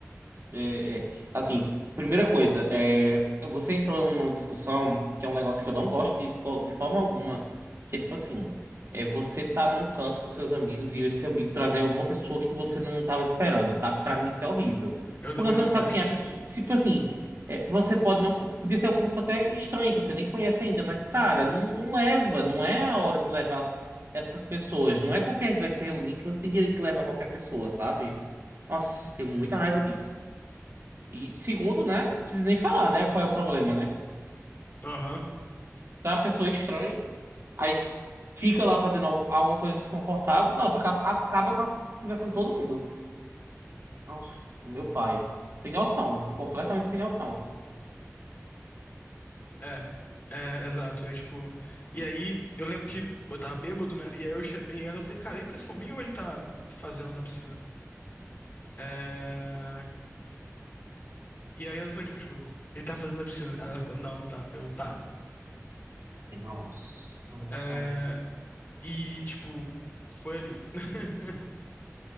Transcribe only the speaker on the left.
Sim.
Eu também
não
gosto.
Aham.
É. É, exato. É, tipo... E aí, eu lembro que eu tava bêbado, né? E aí eu chamei ela, eu falei, cara, é impressão minha ou ele tá fazendo na piscina? É... E aí ela finalmente ficou, tipo, ele tá fazendo a piscina. Aí ela ficou, não, não tá. Eu, tá.
É,
e, tipo, foi ali. <laughs>